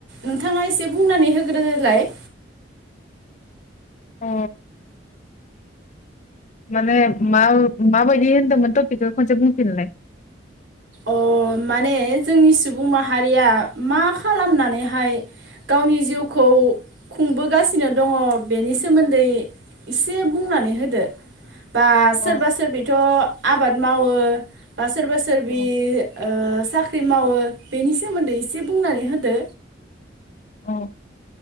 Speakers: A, on the right; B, on the left.
A: नोंथाङा एसे बुंनानै होग्रोदोलाय
B: अ माने मा माबायदि होन्दोंमोन टपिकखौ खनसे बुंफिनलाय
A: अ माने जोंनि सुबुं माहारिया मा खालामनानैहाय गावनि जिउखौ खुंबोगासिनो दङ बेनि सोमोन्दै एसे बुंनानै होदो बा सोरबा
B: अ
A: सोरबिथ' आबाद मावो बा सोरबा सोर बे
B: अ
A: ओ साख्रि मावो बेनि सोमोन्दै एसे बुंनानै होदो
B: औ